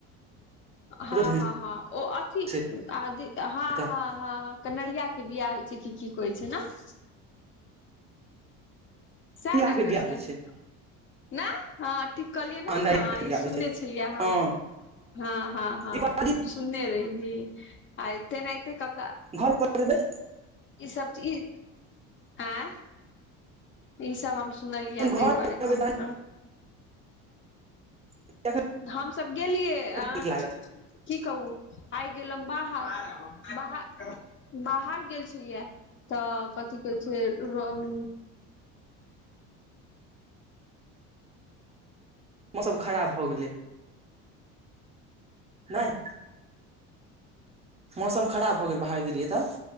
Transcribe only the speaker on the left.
हँ-
हँ -हँ ओ अथी
हँ- ह
-ह- - कनहरिया के बियाह होइ छै, कि की कहै छै न- - से
न
कहय
छैय-
- ना हँ ठीक कहलियै न
हँ
ई
सुनने
छलियै हमहु
हँ- हँ- हँ
सूनने रहिये इ आय तेनाइते क -क- -
ई सब चीज आंय इ सब हम सुनलियै ऐ
ताहि दुआरे
कहलहु है।
हमसब गेलियै आ-
- की कहू आइ गेलों बाहर बाहर बाहर गेल छलियै। तऽ कथि कहै छै ऊं --